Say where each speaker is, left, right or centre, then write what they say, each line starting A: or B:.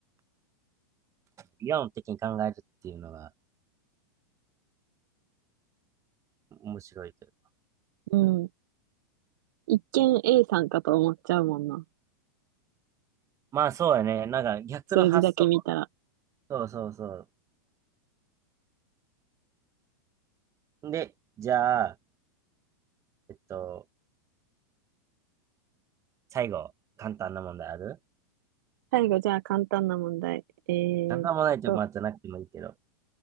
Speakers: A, on the right; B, on the right.
A: 理論的に考えるっていうのが面白いけど。
B: うん。一見 A さんかと思っちゃうもんな。
A: まあそうやね。なんか逆の発想。
B: 数字だけ見たら。
A: そうそうそう。で、じゃあ、えっと、最後、簡単な問題ある
B: 最後、じゃあ簡単な問題。えーっと、
A: なんもないとこまじゃなくてもいいけど。